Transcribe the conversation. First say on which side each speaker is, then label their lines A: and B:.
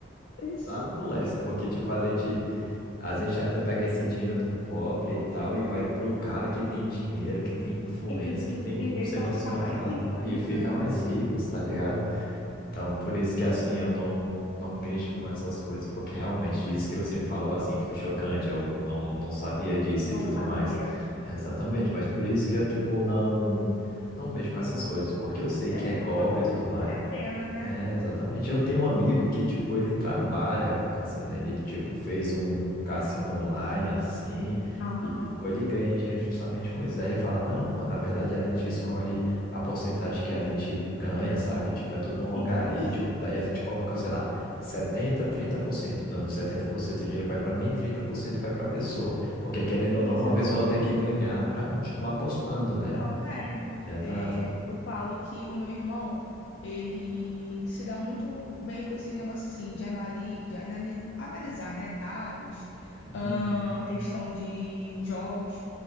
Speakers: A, on the left; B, on the left.
A: Isso.
B: da moléstia, porque, tipo, a gente. A gente ainda pega esse dinheiro do pobre e tal e vai pro cara que tem dinheiro, que tem influência,
A: E,
B: que
A: e
B: tem não
A: ele
B: sei
A: só
B: quantos
A: fica
B: contratos
A: mais rico
B: e
A: ainda,
B: fica
A: né?
B: mais rico, tá ligado? Então, por isso que assim, eu não não mexo com essas coisas, porque realmente isso que você me falou assim foi chocante, eu não não sabia disso
A: Não
B: e tudo
A: sabia.
B: mais. É, exatamente, mas por isso que eu tipo não não mexo com essas coisas, porque eu sei que
A: É
B: é golpe
A: uma coisa
B: e tudo
A: que não
B: mais.
A: vale a pena, né?
B: É, exatamente. Eu tenho um amigo que, tipo, ele trabalha com cassino. né? Ele, tipo, fez um cassino online, assim,
A: Aham.
B: e, tipo, ele ganha dinheiro justamente com isso. Daí ele fala, não, pô, na verdade a gente escolhe a porcentagem que a gente ganha, sabe? Tipo, é tudo num logaritmo.
A: Isso,
B: Daí a gente coloca, sei lá, setenta, trinta por cento. Então, 70% do dinheiro vai para mim, 30% vai para a pessoa. Porque, querendo ou não,
A: isso
B: a
A: é
B: pessoa
A: desse jeito.
B: tem que ganhar para continuar apostando, né?
A: Também,
B: Exato.
A: é, eu falo que o meu irmão, ele se dá muito bem com esses negócios assim, de, anali de anali analisar, né, dados, ahn,
B: Uhum.
A: questão de jogos.